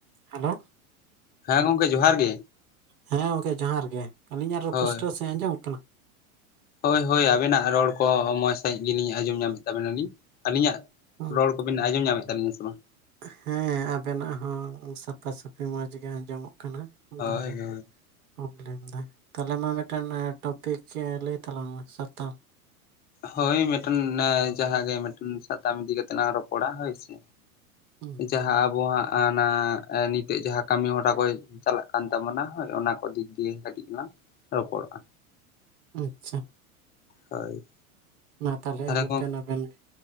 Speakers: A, on the right (about 75°); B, on the left (about 25°).
A: Hello.
B: ᱦᱮᱸ ᱜᱚᱝᱠᱮ ᱡᱚᱦᱟᱨ ᱜᱮ᱾
A: ᱦᱮᱸ ᱜᱚᱢᱠᱮ ᱡᱚᱦᱟᱨ ᱜᱮ ᱟᱹᱞᱤᱧᱟᱜ ᱨᱚ
B: ᱦᱳᱭ
A: ᱯᱩᱥᱴᱟᱹᱣ ᱥᱟᱺᱦᱤᱡ ᱟᱸᱡᱚᱢᱚᱜ ᱠᱟᱱᱟ?
B: ᱦᱳᱭ ᱦᱳᱭ ᱟᱵᱮᱱᱟᱜ ᱨᱚᱲ ᱠᱚ ᱢᱚᱡᱽ ᱥᱟᱺᱦᱤᱡ ᱜᱮᱞᱤᱧ ᱟᱸᱡᱚᱢ ᱧᱟᱢᱮᱫ ᱛᱟᱵᱮᱱᱟᱞᱤᱧ, ᱟᱹᱞᱤᱧᱟᱜ
A: ᱦᱩᱸ,
B: ᱨᱚᱲ ᱠᱚᱵᱤᱱ ᱟᱸᱡᱚᱢ ᱧᱟᱢᱮᱫ ᱛᱟᱹᱞᱤᱧᱟ ᱥᱮ ᱵᱟᱝ?
A: ᱦᱮᱸ ᱟᱵᱮᱱᱟᱜ ᱦᱚᱸ ᱥᱟᱯᱷᱟ ᱥᱟᱹᱯᱷᱤ ᱢᱚᱸᱡᱽ ᱜᱮ ᱟᱸᱡᱚᱢᱚᱜ ᱠᱟᱱᱟ᱾ <unintelligible>
B: ᱦᱳᱭ ᱦᱳᱭ
A: ᱯᱨᱚᱵᱞᱮᱢᱫᱟ ᱛᱟᱦᱚᱞᱮ ᱢᱟ ᱢᱤᱫᱴᱟᱝ ᱴᱚᱯᱤᱠ ᱞᱟᱹᱭ ᱛᱟᱞᱟᱝ ᱢᱮ ᱥᱟᱛᱟᱢ᱾
B: ᱦᱳᱭ ᱢᱤᱫᱴᱮᱱ ᱡᱟᱦᱟᱸ ᱜᱮ ᱢᱤᱫᱴᱮᱱ ᱥᱟᱛᱟᱢ ᱤᱫᱤ ᱠᱟᱛᱮᱝ ᱨᱚᱯᱚᱲᱟ ᱦᱳᱭ ᱥᱮ᱾
A: ᱦᱩᱸ
B: ᱡᱟᱦᱟᱸ ᱟᱵᱚᱣᱟ ᱦᱟᱸᱜ ᱚᱱᱟ ᱱᱤᱛᱚᱜ ᱡᱟᱦᱟᱸ ᱠᱟᱹᱢᱤ ᱦᱚᱨᱟ ᱠᱚ ᱪᱟᱞᱟᱜ ᱠᱟᱱ ᱛᱟᱵᱳᱱᱟ ᱦᱳᱭ ᱚᱱᱟ ᱠᱚ ᱫᱤᱠ ᱫᱤᱭᱮ ᱠᱟᱹᱴᱤᱡ ᱞᱟᱝ ᱨᱚᱯᱚᱲᱚᱜ-ᱟ
A: ᱟᱪᱪᱷᱟ᱾
B: ᱦᱳᱭ᱾
A: ᱢᱟ ᱛᱟᱦᱞᱮ
B: ᱛᱟᱦᱚᱞᱮ
A: ᱮᱦᱚᱵ
B: ᱜᱚᱝ
A: ᱵᱮᱱ ᱟᱵᱮᱱ ᱜᱮ᱾